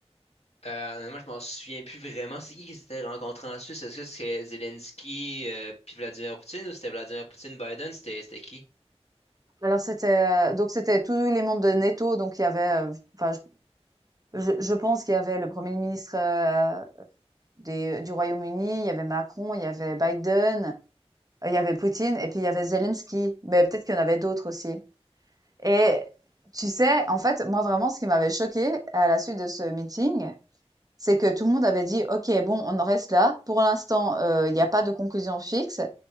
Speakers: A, on the left (about 75°); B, on the right (about 35°).
A: Euh, moi, je m'en souviens plus vraiment. C'est qui qui s'était rencontré en Suisse? Est-ce que c'est Zelensky euh, puis Vladimir Poutine ou c'était Vladimir Poutine Biden? C'était c'était qui?
B: Alors c'était euh, donc c'était tous les membres de NATO, donc il y avait, euh, enfin, je, je je pense qu'il y avait le Premier ministre euh, des, euh, du Royaume-Uni, il y avait Macron, il y avait Biden, euh, il y avait Poutine, et puis il y avait Zelensky. Mais peut-être qu'il y en avait d'autres aussi. Et tu sais, en fait, moi vraiment, ce qui m'avait choqué à la suite de ce meeting, C'est que tout le monde avait dit: «OK, bon, on en reste là. Pour l'instant, heu, il y a pas de conclusion fixe.